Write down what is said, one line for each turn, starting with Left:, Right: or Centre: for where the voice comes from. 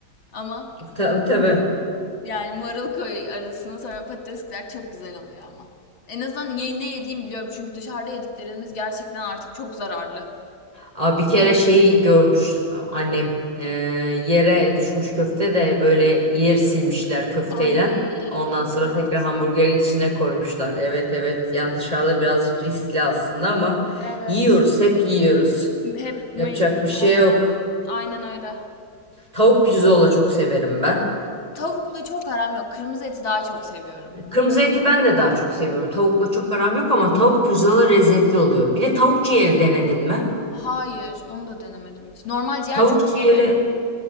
Left: Ama
Right: Tabii tabii.
Left: yani marul koy arasına sonra patates kızar çok güzel oluyor ama. En azından ye- ne yediğimi biliyorum çünkü dışarıda yediklerimiz gerçekten artık çok zararlı.
Right: Aa, bir kere şeyi görmüş annem. Ee, yere düşmüş köfte de böyle yer silmişler köfteyle.
Left: Ay
Right: Ondan
Left: yok
Right: sonra
Left: artık.
Right: tekrar hamburgerin içine koymuşlar. Evet evet. Yani dışarıda birazcık riskli aslında ama
Left: Evet.
Right: yiyoruz, hep yiyoruz.
Left: Hep mecbur
Right: Yapacak bir şey
Left: valla.
Right: yok.
Left: Aynen öyle.
Right: Tavuk pirzola çok severim ben.
Left: Tavuklu çok aram yok. Kırmızı eti daha çok seviyorum.
Right: Kırmızı eti ben de daha çok seviyorum. Tavukla çok aram yok ama tavuk pirzola lezzetli oluyor. Bir de tavuk ciğeri denedin mi?
Left: Hayır, onu da denemedim hiç. Normal ciğer
Right: Tavuk
Left: çok
Right: ciğeri,
Left: severim.